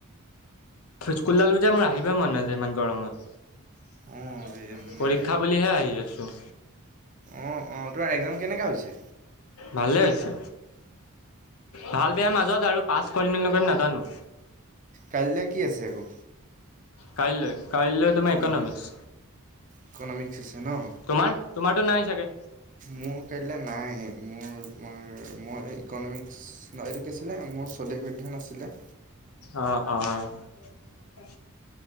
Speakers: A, on the left; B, on the right.
A: স্কুল <unintelligible> মোৰ আহিবই মন নাযায় ইমান গৰমত।
B: অঁ এই মানে
A: পৰীক্ষা বুলিহে আহি আছো।
B: অঁ অঁ তোমাৰ এক্সাম কেনেকুৱা হৈছে
A: ভালে হৈছে। ভাল বেয়া মাজত আৰু পাচ কৰিম নে নকৰিম নাজানো।
B: কাইলৈ কি আছে আকৌ?
A: কাইলৈ? মাৰ ইকনমিক্স।
B: অঁ ইকনমিক্স আছে ন
A: তোমাৰ? তোমাৰত নাই চাগে!
B: মোৰ কাইলৈ নাই মোৰ তোমাৰ মই ইকনমিক্স, এইটো কি আছিল মোৰ স্বদেশ অধ্যয়ন আছিলে।
A: অঁ, অঁ।